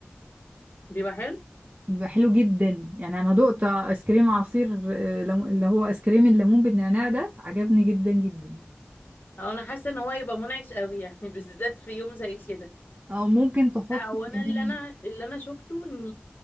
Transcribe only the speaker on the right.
بيبقى حلو جدا يعني انا دقت ايس كريم عصير آه، لم- اللي هو ايس كريم الليمون بالنعناع ده عجبني جدا جدا
او ممكن تحطي
كمان